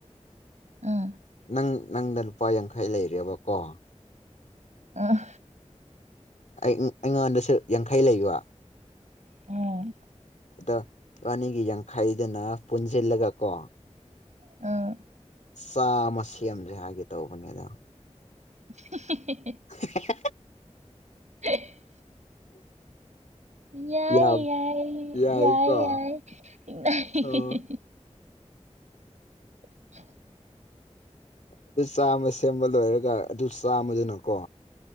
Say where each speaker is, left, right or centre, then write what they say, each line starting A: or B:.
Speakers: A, on the right; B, on the left.
A: ꯑ
B: ꯅꯪ ꯅꯪꯗ ꯂꯨꯄꯥ ꯌꯥꯡꯈꯩ ꯂꯩꯔꯦꯕꯀꯣ
A: ꯑ
B: ꯑꯩ ꯑꯩꯉꯣꯟꯗꯁꯨ ꯌꯥꯡꯈꯩ ꯂꯩꯕ
A: <unintelligible>
B: ꯑꯗꯣ ꯏꯕꯥꯅꯤꯒꯤ ꯌꯥꯡꯈꯩꯗꯨꯅ ꯄꯨꯟꯁꯤꯜꯂꯒ ꯀꯣ
A: ꯑ
B: ꯆꯥ ꯑꯃ ꯁꯦꯝꯖꯦ ꯍꯥꯏꯒꯦ ꯇꯧꯕꯅꯦꯗ꯫
A: <unintelligible>
B: <unintelligible>
A: <unintelligible> ꯌꯥꯏ
B: ꯌꯥꯝ
A: ꯌꯥꯏ
B: ꯌꯥꯏꯀꯣ
A: ꯌꯥꯏ ꯌꯥꯏ ꯏ <unintelligible>
B: ꯑꯣ
A: <unintelligible>
B: ꯑꯗꯨ ꯆꯥꯝꯃ ꯁꯦꯝꯕ ꯂꯣꯏꯔꯒ ꯑꯗꯨ ꯆꯥꯝꯃꯗꯨꯅꯀꯣ